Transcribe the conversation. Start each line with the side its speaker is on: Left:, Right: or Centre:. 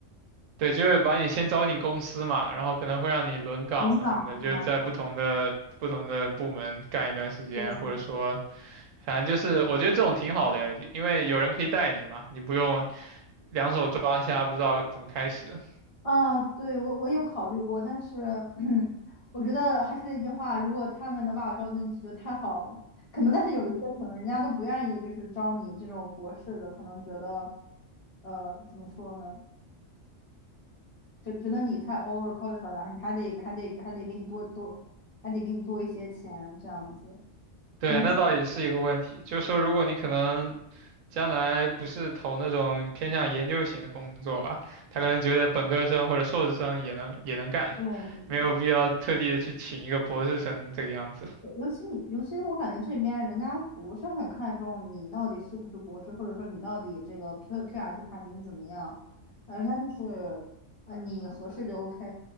Right: 对，就是把你先招进公司嘛，然后可能会让你轮岗什么的，
Left: 轮岗是吗？
Right: 就是在不同的不同的部门干一段时间，
Left: 对。
Right: 或者说，反正就是我觉得这种挺好的，因为有人可以带你嘛，你不用两手抓瞎，不知道怎么开始。
Left: 啊，对，我我有考虑过，但是 <clears throat> 我觉得还是那句话，如果他们能把我招进去就太好了。可能，但是有一些可能人家都不愿意，就是招你这种博士的，可能觉得，呃，怎么说呢？觉觉得你太 over qualified 了，你还得还得还得给你多多，还得给你多一些钱这样子。
Right: 对，
Left: 所以，
Right: 那倒也是一个问题。就是说，如果你可能将来不是投那种偏向研究型的工作吧，他可能觉得本科生或者硕士生也能也能干，
Left: 对对。
Right: 没有必要特地的去请一个博士生这个样子。
Left: 尤其你，尤其是我感觉这边人家不是很看重你到底是不是博士，或者说你到底这个 Q QS 排名怎么样，呃人家就是，呃，你合适就 OK，